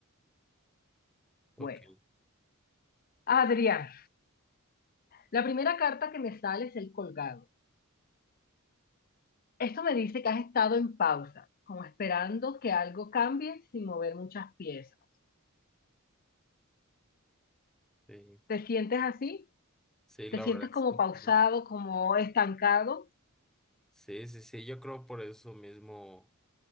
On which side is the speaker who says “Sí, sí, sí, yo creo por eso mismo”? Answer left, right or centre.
Centre